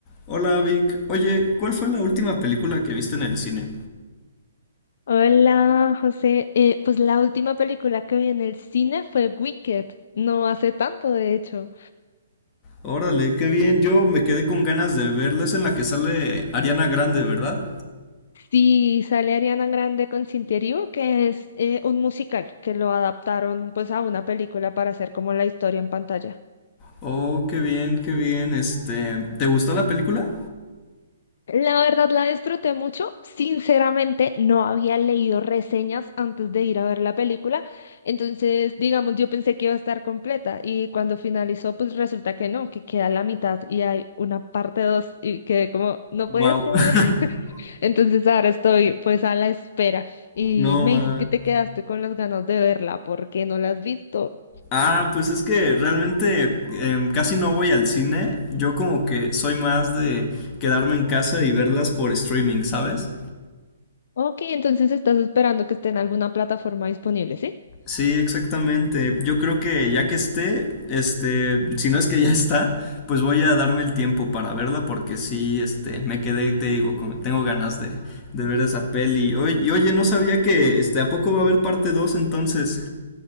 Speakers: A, on the left; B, on the left.
A: Hola Vic, oye, ¿cuál fue la última película que viste en el cine?
B: Hola, José. Eh, pues la última película que vi en el cine fue Wicked, no hace tanto, de hecho.
A: Órale, qué bien, yo me quedé con ganas de verles en la que sale Ariana Grande, ¿verdad?
B: Sí, sale Ariana Grande con Cynthia Erivo, que es eh, un musical que lo adaptaron pues a una película para hacer como la historia en pantalla.
A: Oh, qué bien, qué bien, este, ¿te gustó la película?
B: La verdad la disfruté mucho. Sinceramente, no había leído reseñas antes de ir a ver la película. Entonces, digamos, yo pensé que iba a estar completa y cuando finalizó, pues resulta que no, que queda la mitad y hay una parte dos y quedé como, no
A: Wow,
B: puede ser.
A: <laughs>
B: <laughs> Entonces, ahora estoy pues a la espera y
A: no
B: me
A: ma.
B: dices que te quedaste con las ganas de verla porque no la has visto.
A: Ah, pues es que realmente em, casi no voy al cine, yo como que soy más de quedarme en casa y verlas por streaming, ¿sabes?
B: Ok, entonces estás esperando que esté en alguna plataforma disponible, ¿sí?
A: Sí, exactamente. Yo creo que ya que esté, este, si no es que ya está, pues voy a darme el tiempo para verla porque sí, este, me quedé, te digo, con- tengo ganas de, de ver esa peli. Oy- y oye, no sabía que, este, ¿a poco va a haber parte dos, entonces?